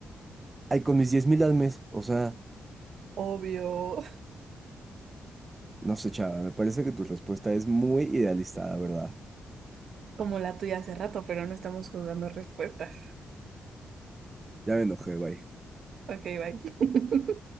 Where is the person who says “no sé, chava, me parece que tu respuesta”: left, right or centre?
Right